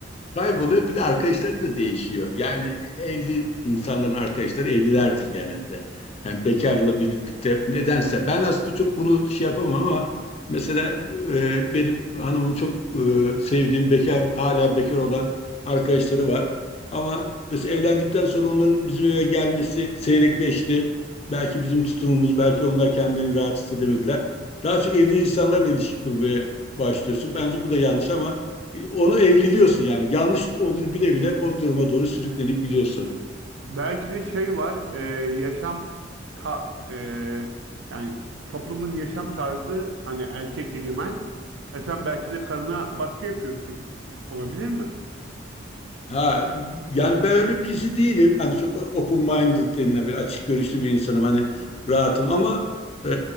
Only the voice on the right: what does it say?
Belki de şey var e, yaşam ta, e, yani toplumun yaşam tarzı hani erkek egemen. E sen belki de karına baskı yapıyorsun. Olabilir mi?